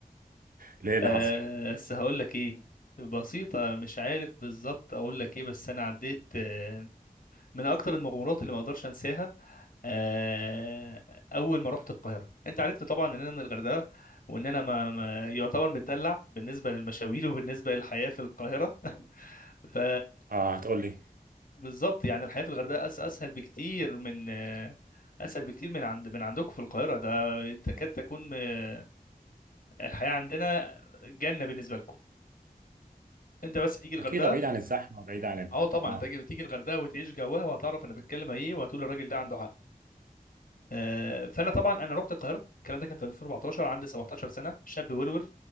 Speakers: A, on the right; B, on the left.
A: ليه اللي
B: آه،
A: حصل؟
B: بس هقول لك ايه بسيطة مش عارف بالظبط اقول لك ايه بس انا عديت آه، من اكتر المغامرات اللي ما اقدرش انساها آه، اول ما رحت القاهرة انت عرفت طبعا ان انا من الغردقة وان انا ما ما- يعتبر متدلع بالنسبة للمشاوير <laughs> وبالنسبة للحياة في القاهرة <laughs> ف
A: اه هتقول لي
B: بالظبط يعني الحياة في الغردقة أس أسهل بكتير من أسهل بكتير من عند من عندكم في القاهرة ده تكاد تكون م- الحياة عندنا جنة بالنسبة لكم أنت بس تيجي الغردقة
A: اكيد بعيد عن الزحمة بعيد عن ال...
B: أه طبعا
A: اه
B: أنت تيجي تيجي الغردقة وتعيش جواها وهتعرف أنا بتكلم إيه وهتقول الراجل ده عنده حق آه، فأنا طبعا أنا رحت القاهرة الكلام ده كان في 2014 عندي 17 سنة شاب ورور